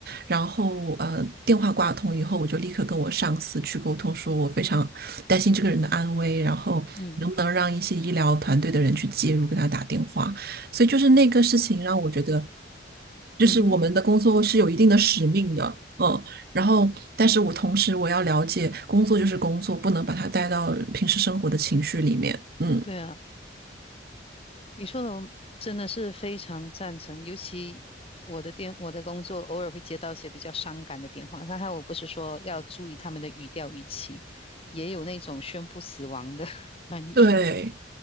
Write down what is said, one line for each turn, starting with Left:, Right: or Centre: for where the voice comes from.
Right: 然后呃，电话挂通以后，我就立刻跟我上司去沟通，说我非常担心这个人的安危，然后能不能让一些医疗团队的人去介入，
Left: 嗯
Right: 给他打电话。所以就是那个事情让我觉得，就是我们的工作是有一定的使命的，
Left: 嗯哼，
Right: 嗯。然后，但是我同时我要了解，工作就是工作，不能把它带到平时生活的情绪里面，嗯，
Left: 对啊。你说的我真的是非常赞成，尤其我的电，我的工作偶尔会接到一些比较伤感的电话。刚才我不是说要注意他们的语调语气，也有那种宣布死亡的 <laughs> 翻译，
Right: 对，